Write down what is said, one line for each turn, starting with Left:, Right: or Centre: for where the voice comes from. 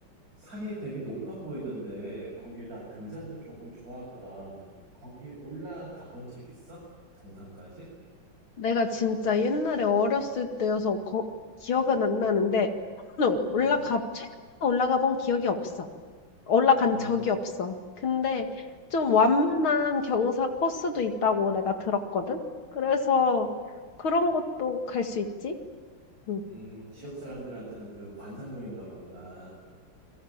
Right: 산이 되게 높아 보이던데, 거기에다 등산도 조금 좋아하거든. 거기 올라가 본 적 있어? 정상까지?
Left: 내가 진짜 옛날에 어렸을 때여서 거- 기억은 안 나는데 응, 올라가
Right: 음,
Left: 최근에 올라가 본 기억이 없어. 올라간
Right: 음,
Left: 적이 없어. 근데 좀 완만한 경사 코스도 있다고 내가 들었거든. 그래서 그런 것도 갈 수 있지? 응.
Right: 음, 지역 사람들한테는 그 관상용인가 보구나.